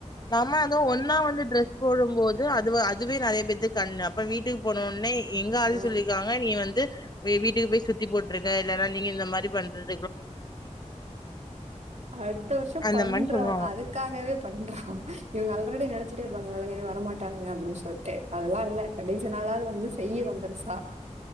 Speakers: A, on the left; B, on the right.
A: நம்ம அதுவு ஒன்னா வந்து ட்ரெஸ் போடும் போது அது அதுவே நெறய பேத்துக்கு கண்ணு அப்ப வீட்டு இக்கு போன உன்னே எங்க ஆளு
B: ஆஹ்
A: சொல்லியிருக்காங்க நீ வந்து வீட்டுக்கு போய் சுத்தி சுத்தி போட்டுருக்கே இல்லன்னா நீங்க இந்த மாதிரி பண்றது
B: அடுத்த வருஷோ
A: அந்த
B: பண்றோ
A: மாரி சொல்லுவாங்க
B: அதுக்காகவே பண்றோ இவுங்க ஆல்ரெடி நெனச்சுட்டே இருப்பாங்க இவள கேக்கலா பண்ண மாட்டானுங்க அப்டின்னு சொல்லிட்டு அதெல்லா இல்ல கடைசி நாளாவது வந்து செய்யனு ரொம்ப பெருசா